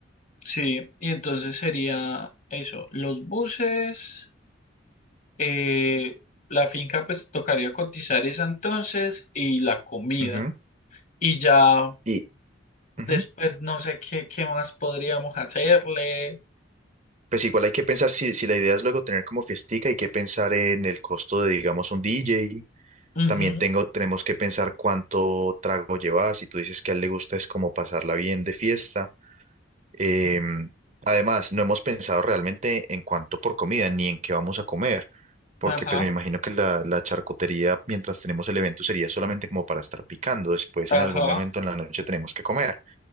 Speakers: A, on the left (about 40°); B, on the right (about 35°).
A: sí. Y entonces sería eso, los buses, eh, la finca pues tocaría cotizar esa entonces y la comida.
B: Ujú.
A: Y ya
B: Y ujú.
A: después no sé qué, qué más podríamos hacerle.
B: Pues igual hay que pensar si, si la idea es luego tener como fiestica, hay que pensar en el costo de, digamos, un DJ.
A: Ujú,
B: También tengo, tenemos que pensar cuánto trago llevar. Si tú dices que a él le gusta es como pasarla bien de fiesta Eh,
A: ujú,
B: además, no hemos pensado realmente en cuánto por comida ni en qué vamos a comer, porque
A: Ajá,
B: pues me imagino que la, la charcutería mientras tenemos el evento sería solamente como para estar picando, después
A: ajá,
B: en algún momento en la noche tenemos que comer.